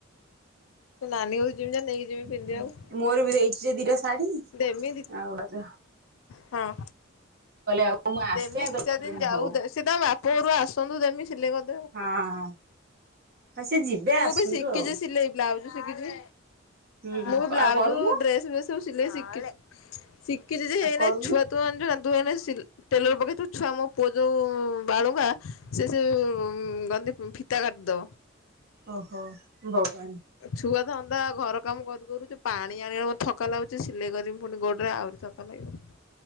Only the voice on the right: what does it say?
<unintelligible>
ମୋର ବି ଦେଇଛି ଯେ ଦିଟା ଶାଢୀ
ଆଉ ସେ
ଆଉ ମୁଁ ଆସେ
ତ
ହଉ।
ହଁ ଅଁ ହଁ ସେ ଯିବେ
ଆସନ୍ତୁ
ଆଉ।
ହୁଁ
ଆଉ କରୁନୁ।
ଆଉ
କରୁନୁ
ଓହୋ। ଭଗ୍ ବାନ୍।